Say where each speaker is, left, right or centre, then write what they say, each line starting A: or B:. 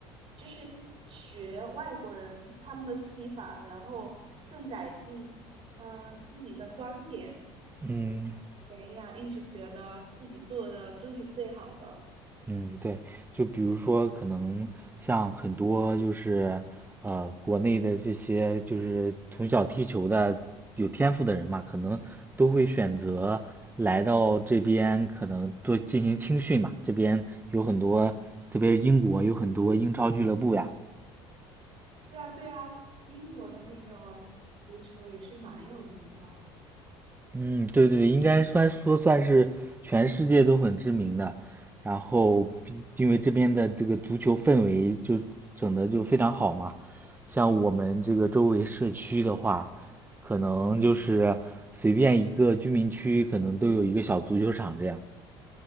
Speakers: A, on the right; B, on the right.
A: 就是学外国人他们的踢法，然后更改进，嗯，自己的观点。
B: 嗯
A: 哎呀，一直觉得自己做的都是最好的。
B: 嗯，对，就比如说可能像很多就是呃国内的这些就是从小踢球的有天赋的人嘛，可能都会选择来到这边，可能做进行青训嘛。这边有很多，特别是英国有很多英超俱乐部呀。
A: 对啊，对啊，英国的那个足球也是蛮有名的。
B: 嗯，对对对应该算说算是全世界都很知名的，然后毕因为这边的这个足球氛围就整的就非常好嘛，像我们这个周围社区的话，可能就是随便一个居民区可能都有一个小足球场这样。